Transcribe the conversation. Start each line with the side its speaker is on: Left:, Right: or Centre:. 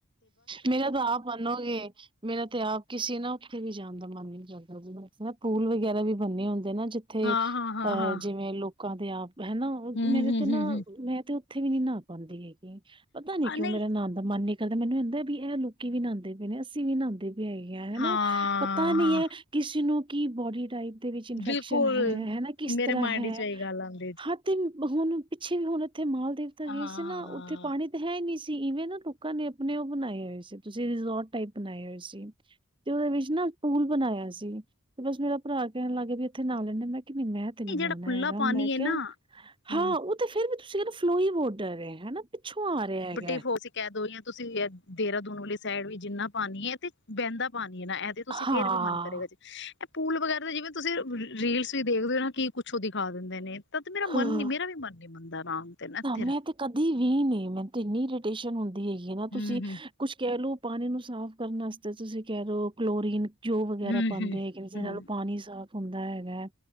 Right: ਮੇਰਾ ਤਾਂ ਆਪ ਮਨੋਗੇ ਮੇਰਾ ਤਾਂ ਆਪ ਕਿਸੀ ਨਾ। ਕਿਤੇ ਵੀ ਜਾਣ ਦਾ ਮਨ ਵੀ ਨੀ ਕਰਦਾ ਨਾ ਪੂਲ ਵਗੈਰਾ ਵੀ। ਬੰਨੇ ਹੁੰਦੇ ਨਾ ਜਿੱਥੇ
Left: ਹਾਂ ਹਾਂ ਹਾਂ
Right: ਅਹ
Left: ਹਾਂ
Right: ਜਿਵੇਂ ਲੋਕ। ਲੋਕਾਂ ਦੇ ਆਪ। ਹਨਾ
Left: ਹੂੰ
Right: ਮੇਰੇ
Left: ਹੂੰ
Right: ਤੇ ਨਾ
Left: ਹੂੰ ਹੂੰ
Right: ਮੈਂ ਤੇ। ਉੱਥੇ ਵੀ ਨੀ ਨਹਾ ਪਾਉਂਦੀ ਹੈ। ਪਤਾ ਨੀ
Left: ਆ ਨਹੀਂ
Right: ਕਿਉਂ ਮੇਰਾ ਨਾਣ ਦਾ ਮਨ ਨੀ। ਦਾ ਮੈਨੂੰ ਕਹਿੰਦਾ ਵੀ ਇਹ ਲੋਕੀ ਵੀ ਨਾਉਂਦੇ ਪ ਨੇ ਅਸੀਂ ਵੀ ਨਹਾਉਂਦੇ। ਵੀ ਹੈਗੀਆਂ ਹਨਾ
Left: ਹਾਂ
Right: ਪਤਾ ਨੀ
Left: ਹਾਂ
Right: ਹੈ ਕਿਸੇ ਨੂੰ। ਕੀ ਬੋਡੀ ਟਾਈਪ ਦੇ ਵਿੱਚ ਇਨਫੈਕਸ਼ਨ
Left: ਬਿਲਕੁਲ
Right: ਹੈ ਹਨਾ ਕਿਸ
Left: ਮੇਰੇ
Right: ਤਰ੍ਹਾਂ
Left: ਮਾਇੰਡ
Right: ਹੈ
Left: ਚ ਇਹੀ ਗੱਲ ਆਉਂਦੀ
Right: ਹੱਥ ਬੁਣ ਪਿੱਛੇ ਵੀ ਹੋੁਣ ਉੱਥੇ ਮਾਲ ਦੇਣ ਤਾ
Left: ਹਾਂ
Right: ਗਏ ਸੀ ਨਾ ਉੱਥੇ ਪਾਣੀ ਤਾਂ ਹੈ ਹੀ ਨਹੀਂ ਸੀ। ਤੇ ਇਹਵੇ ਨਾ ਲੋਕਾਂ ਨੇ ਆਪਣੇ ਉਹ ਬਣਾਏ ਹੋਏ ਸੀ। ਤੁਸੀਂ ਰਿਜ਼ੋਰਟ ਟਾਈਪ ਬਣਾਏ ਹੋਏ ਸੀ ਤੇ ਉਹਦੇ ਵਿੱਚ ਨਾ ਪੂਲ ਬਣਾਇਆ ਸੀ ਤੇ ਬਸ ਮੇਰਾ ਭਰਾ ਕਹਿਣ ਲੱਗਗੇ ਵੀ ਇੱਥੇ ਨਾਂ ਲੈਣੇ ਮੈਂ ਨਹੀਂ ਮੈਂ ਤੇ ਨੀ
Left: ਜਿਹੜਾ
Right: ਨਾਣਾ
Left: ਖੁੱਲਾ
Right: ਹੈਗਾ
Left: ਪਾਣੀ
Right: ਮੈਂ
Left: ਹੈ
Right: ਕਿਹਾ
Left: ਨਾ ਹਮ
Right: ਹਾਂ ਉਹ ਤੇ ਫੇਰ ਵੀ ਸਿਰਫ ਫਲੋਈ ਬੋਡਰ ਹੈ ਹਨਾ ਪਿੱਛੋਂ ਆ ਰਿਹਾ ਹੈਗਾ।
Left: ਬਟੇ ਫੋਸ ਕਹਿ ਦੋ ਜਾਂ ਤੁਸੀਂ ਦੇਹਰਾਦੂਨ ਵਾਲੀ ਸਾਈਡ ਵੀ ਜਿੰਨਾ ਪਾਣੀ ਹੈ ਤੇ ਬਹਿੰਦਾ ਪਾਣੀ ਨਾ ਇਹ ਤੇ ਤੁਸੀਂ
Right: ਹਾਂ
Left: ਫੇਰ ਵੀ ਮਨ ਕਰੇਗਾ ਜੀ ਇਹ ਪੂਲ ਵਗੈਰਾ ਦਾ ਜਿਵੇਂ ਤੁਸੀਂ ਰੀਲਸ ਵੀ ਦੇਖਦੇ ਹੋ ਨਾ ਕੀ ਕੁਛੋ ਦਿਖਾ ਦਿੰਦੇ ਨੇ ਤਾਂ ਤੇ ਮੇਰਾ ਮਨ
Right: ਹਾਂ
Left: ਨੀ ਮੇਰਾ ਵੀ ਮਨ ਨੀ ਮੰਨਦਾ ਰਾਮ ਤੇ ਨਾ ਇੱਥੇ
Right: ਮੈਂ ਤੇ ਕਦੀ ਵੀ ਵੀ ਨੇ ਮੈਨੂੰ ਇੰਨੀ ਇਟੇਸ਼ਨ ਹੁੰਦੀ ਹੈਗੀ ਹੈ ਨਾ
Left: ਹਮ
Right: ਤੁਸੀਂ
Left: ਹਮ
Right: ਕੁਛ ਕਹਿ ਲਓ ਪਾਣੀ ਨੂੰ ਸਾਫ਼ ਕਰਨ ਵਾਸਤੇ ਤੁਸੀਂ ਕਹਿ ਰਹੇ ਕਲੋਰੀਨ ਜੋ ਵਗੈਰਾ
Left: ਹਮ
Right: ਪਾਉਂਦੇ
Left: ਹਮ
Right: ਹੈਗੇ ਨੇ ਜ
Left: ਹਮ
Right: ਨਾਲੋਂ ਪਾਣੀ ਸਾਫ ਹੁੰਦਾ ਹੈਗਾ